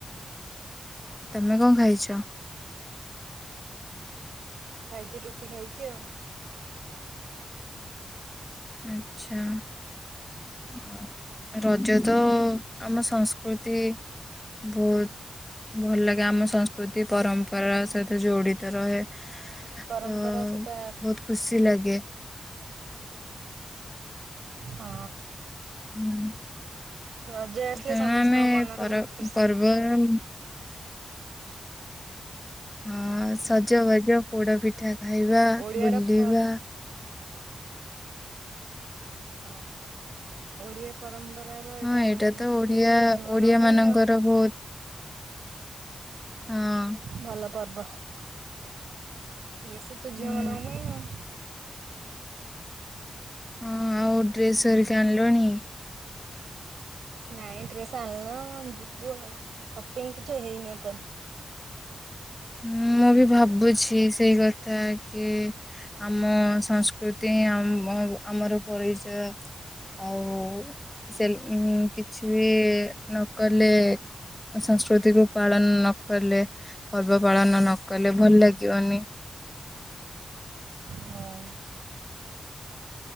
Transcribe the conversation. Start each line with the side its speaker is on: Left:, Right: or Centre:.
Left: ତମେ କଣ ଖାଇଛ?
Right: ଖାଇଛି, ରୁଟି ଖାଇଛି ଆଉ।
Left: ଆଚ୍ଛା। ଆଉ ରଜ ତ ଆମ ସଂସ୍କୃତି ବହୁତ ଭଲ ଲାଗେ, ଆମ ସଂସ୍କୃତି ପରମ୍ପରା ସହିତ ଯୋଡି ରହେ,
Right: ଆମ ଓଡିଆ
Left: ତ
Right: ପରମ୍ପରା
Left: ବହୁତ
Right: ସେଟା ହଁ
Left: ଖୁସି ଲାଗେ।
Right: ହଁ।
Left: ହୁଁ
Right: ରଜ ଆସିଲେ
Left: ତେଣୁ
Right: ସମସ୍ତଙ୍କ
Left: ଆମେ
Right: ମନରେ
Left: ପର
Right: ବହୁତ ଖୁସି।
Left: <unintelligible> ହଁ, ସଜବାଜ, ପୋଡ଼ ପିଠା ଖାଇବା,
Right: ଓଡ଼ିଆର
Left: ବୁଲିବା
Right: ପର ହଁ, ଓଡିଆ ପରମ୍ପରା ର
Left: ହଁ
Right: ଏଇଟା ମୁଖ୍ୟ,
Left: ତ ଓଡିଆ
Right: ଇଏ ଝିଅମାନଙ୍କ
Left: ଓଡିଆ
Right: ପାଇଁ ଆଉ।
Left: <unintelligible> ହଁ।
Right: ଭଲ ପର୍ବ। ବେଶୀ ତ ଝିଅମାନଙ୍କ
Left: ଉଁ
Right: ପାଇଁ ଆଉ।
Left: ହଁ, ଆଉ ଡ୍ରେସ୍ ଅରିକା ଆଣିଲଣି?
Right: ନାଇଁ ଡ୍ରେସ ଆଣନୁ ଯିବୁ ଆଉ। ସପିଙ୍ଗ୍ କିଛି ହେଇନି ଏପନ୍ଦ
Left: ହଁ, ମୁଁ ବି ଭାବୁଛି ସେଇ କଥା କି ଆମ ସଂସ୍କୃତି ଆମ ଆମର ପରିଚୟ। ଆଉ ସେଲେ କିଛି ବି ନକଲେ ସଂସ୍କୃତିକୁ ପାଳନ ନକଲେ ପର୍ବ ପାଳନ ନ କଲେ ଭଲ ଲାଗିବନି।
Right: ହଁ।